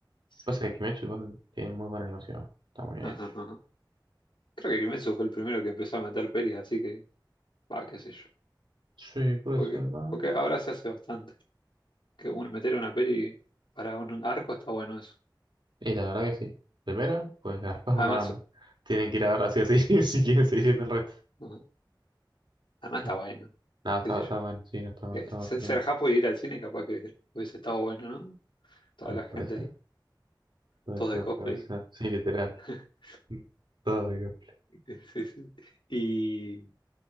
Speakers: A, on the left (about 80°); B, on the right (about 70°).
A: Sí.
B: Pasa que Kimetsu igual tiene muy buena animación. Está muy bien
A: Ajá,
B: hecho.
A: ajá. Creo que Kimetsu fue el primero que empezó a meter pelis, así que, va, qué sé yo.
B: Sí, puede
A: Porque,
B: ser, va.
A: porque ahora se hace bastante. Que uno meter una peli para un arco está bueno eso.
B: Y la verdad que sí. Primero, pues garpas
A: Además,
B: una banda. Tienen que ir
A: ajá,
B: a verla así o así <laughs> si quieren seguir viendo el resto.
A: ajá. Además
B: Sí.
A: está bueno,
B: Nada, está,
A: qué sé
B: está
A: yo.
B: bueno, sí, no está bueno,
A: Eh,
B: está
A: Ser,
B: bastante
A: ser
B: bueno.
A: japo y ir al cine capaz que hubiese estado bueno, ¿no? Toda
B: Y
A: la
B: puede
A: gente
B: ser.
A: ahí,
B: Puede
A: todos
B: ser,
A: de cosplay.
B: puede ser. Sí, literal.
A: <laughs>
B: Mm, Todos de cosplay.
A: Sí, sí. Y